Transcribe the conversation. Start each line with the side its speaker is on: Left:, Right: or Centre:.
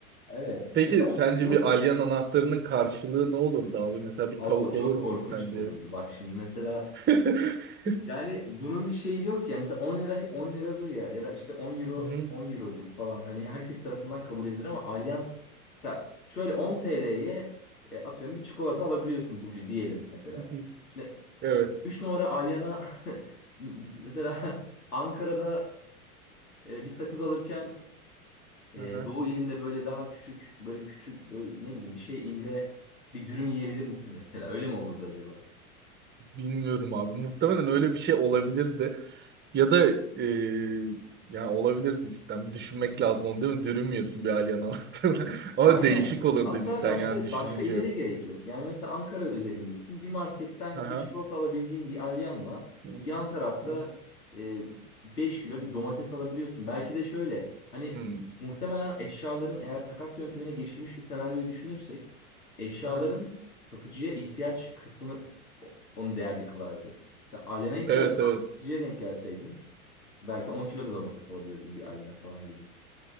Left: Evet.
Right: Peki
Left: Mesela onu,
Right: sence bir
Left: onu
Right: alyan
Left: o-
Right: anahtarının karşılığı ne olurdu abi? Mesela bir
Left: abi
Right: tavuk
Left: o çok
Right: olur muydu
Left: korkunç
Right: sence?
Left: da olurdu. Bak şimdi mesela
Right: <laughs>
Left: Yani bunun bir şeyi yok ya. Mesela 10 lira hep 10 liradır ya. Ya da işte 10 euro
Right: Hı hı,
Left: 10 eurodur falan. Hani herkes tarafından kabul edilir ama Alyan mesela şöyle 10 TL'ye e, atıyorum bir çikolata alabiliyorsun bugün diyelim mesela.
Right: hı hı.
Left: Şimdi
Right: Evet.
Left: 3 numara Alyan'a <laughs> mesela Ankara'da e, bir sakız alırken e,
Right: Hı hı.
Left: Doğu ilinde böyle daha küçük böyle küçük böyle ne bileyim bir şey ilde bir dürüm yiyebilir misin mesela? Öyle mi olurdu acaba?
Right: Bilmiyorum abi. Muhtemelen öyle bir şey olabilirdi. Ya da e, yani olabilirdi cidden. Bir düşünmek lazım onu değil mi? Dürümüyorsun bir alien anahtarına. <laughs> Ama
Left: Aynen.
Right: değişik olurdu
Left: Hatta
Right: cidden
Left: başka
Right: yani düşününce.
Left: başka ile de gerek yok. Yani mesela Ankara özelindesin. Bir marketten
Right: Hı hı.
Left: bir çikolata alabildiğin bir alyanla
Right: Hı
Left: yan tarafta
Right: hı.
Left: e, 5 kilo bir domates alabiliyorsun. Belki de şöyle hani
Right: Hı hı.
Left: muhtemelen eşyaların eğer takas yöntemine geçilmiş bir senaryoyu düşünürsek eşyaların
Right: Hı hı.
Left: satıcıya ihtiyaç kısmını o- onu değerli kılardı. Mesela alyana ihtiyaç
Right: Evet
Left: olan
Right: evet.
Left: bir satıcıya denk gelseydin belki 10 kilo da domates alabilirdin bir alyana falan gibi.